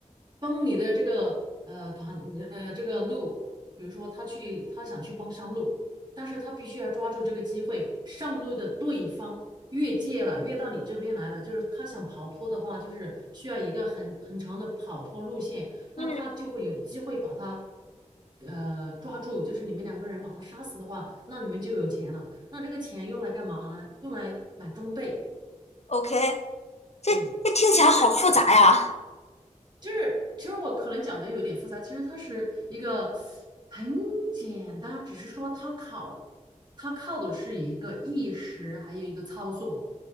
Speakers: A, on the right; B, on the left.
A: 帮你的这个呃团呃这个路，比如说他去他想去帮上路，但是他必须要抓住这个机会，上路的对方。越界了，越到你这边来了，就是他想跑脱的话，就是需要一个很很长的跑脱路线，
B: 嗯
A: 那他就会有机会把他呃抓住，就是你们两个人把他杀死的话，那你们就有钱了。那这个钱用来干嘛呢？用来买装备。
B: ，OK，这这听起来好复杂呀。
A: 对，这个是就是其实我可能讲的有点复杂，其实它是一个很简单，只是说它考它靠的是一个意识，还有一个操作，